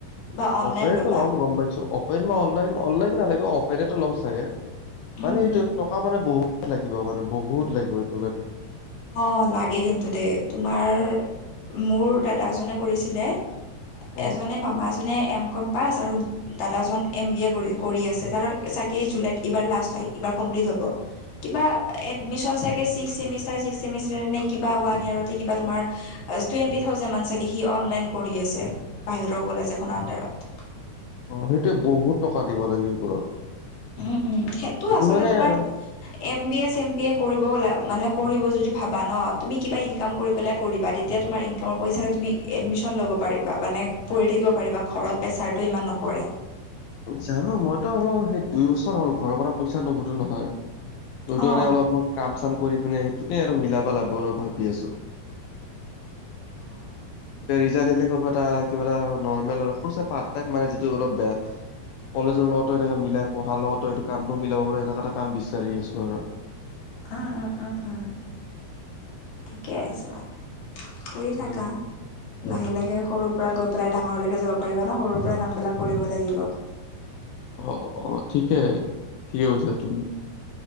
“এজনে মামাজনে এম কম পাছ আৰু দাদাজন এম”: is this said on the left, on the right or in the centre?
Left